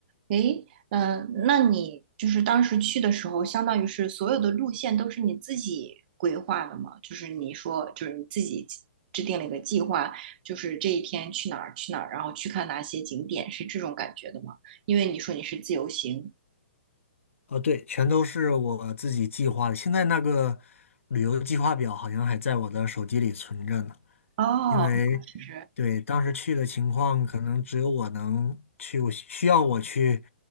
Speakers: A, on the right; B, on the left.
A: 诶，嗯、那你就是当时去的时候，相当于是所有的路线都是你自己规划的吗？就是你说，就是你自己制定了一个计划，就是这一天去哪儿去哪儿，然后去看哪些景点，是这种感觉的吗？因为你说你是自由行。
B: 哦，对，全都是我自己计划的。现在那个旅游计划表好像还在我的手机里存着呢，
A: 哦，
B: 因为
A: 其实，
B: 对当时去的情况，可能只有我能去，我需要我去，